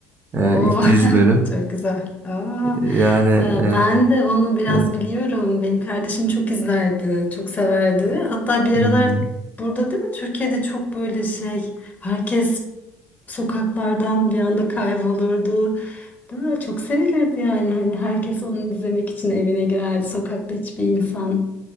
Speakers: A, on the right; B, on the left.
A: Ee,
B: Oo,
A: ilk
B: <laughs>
A: 100 bölüm.
B: çok güzel. Aa,
A: Ee, Yani e,
B: ya ben de onu biraz
A: evet.
B: biliyorum. Benim kardeşim çok izlerdi, çok severdi. Hatta bir
A: Hmm,
B: aralar burada değil mi? Türkiye'de çok böyle şey, herkes sokaklardan bir anda kaybolurdu. Değil mi? Çok sevilirdi yani. Hani herkes onu izlemek için evine girerdi. Sokakta hiçbir insan